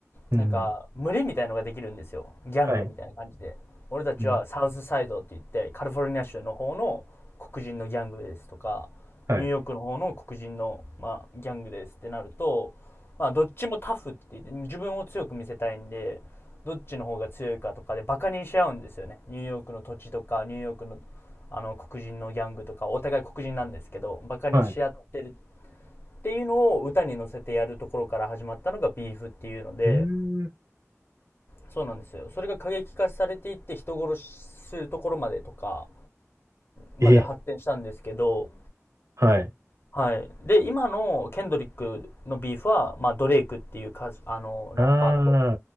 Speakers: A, on the right; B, on the left.
A: うん。
B: なんか、群れみたいのができるんですよ。ギャングみたいな感じで。
A: はい。
B: 俺たちはサウスサイドって言って、
A: うん。
B: カリフォルニア州の方の黒人のギャングですとか、
A: はい。
B: ニューヨークの方の黒人の、まあ、ギャングですってなると、まあ、どっちもタフって言って、自分を強く見せたいんで、どっちの方が強いかとかでバカにし合うんですよね。ニューヨークの土地とか、ニューヨークの、あの、黒人のギャングとか、お互い黒人なんですけど、バカにし合ってる
A: はい。
B: っていうのを歌に乗せてやるところから始まったのがビーフっていうので、
A: うーん。
B: そうなんですよ。それが過激化されていって人殺しするところまでとか、まで発展したんですけど、
A: え、はい。
B: はい。で、今のケンドリックのビーフは、まあ、ドレイクっていう歌あの、
A: あ
B: ラッパーと